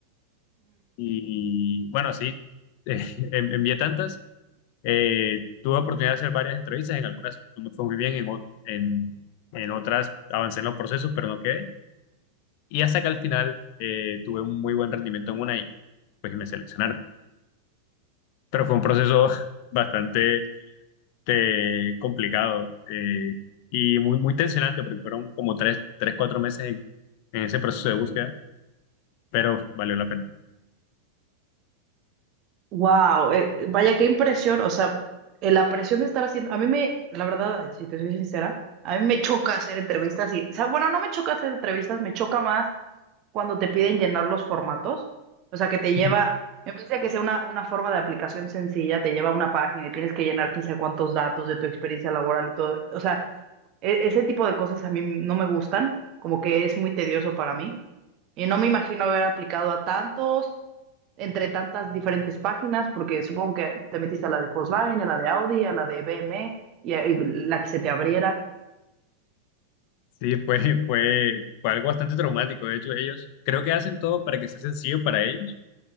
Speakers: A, on the left (about 45°); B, on the right (about 40°).
A: Y bueno, sí, eh, <laughs> en- envié tantas. Eh, tuve oportunidad de hacer varias entrevistas. En algunas no me fue muy bien, en, o- en, en otras avancé en los procesos, pero no quedé. Y hasta que al final eh, tuve un muy buen rendimiento en una y pues me seleccionaron. Pero fue un proceso <laughs> bastante eh, complicado eh, y muy, muy tensionante porque fueron como tres, tres, cuatro meses en, en ese proceso de búsqueda, pero valió la pena.
B: Wow, vaya qué impresión, o sea, eh, la presión de estar haciendo, a mí me, la verdad, si te soy sincera, a mí me choca hacer entrevistas y, o sea, bueno, no me choca hacer entrevistas, me choca más cuando te piden llenar los formatos, o sea, que te lleva,
A: <laughs>
B: en vez de que sea una, una forma de aplicación sencilla, te lleva a una página y tienes que llenar quién sabe cuántos datos de tu experiencia laboral y todo. O sea, e- ese tipo de cosas a mí no me gustan, como que es muy tedioso para mí. Y no me imagino haber aplicado a tantos, entre tantas diferentes páginas, porque supongo que te metiste a la de Volkswagen, a la de Audi, a la de BMW y a- y la que se te abriera.
A: Sí, fue, fue, fue algo bastante traumático. De hecho, ellos creo que hacen todo para que sea sencillo para ellos,